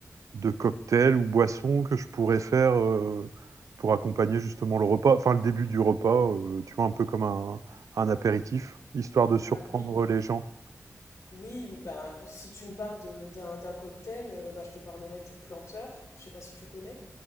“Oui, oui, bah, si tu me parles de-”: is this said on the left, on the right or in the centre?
Left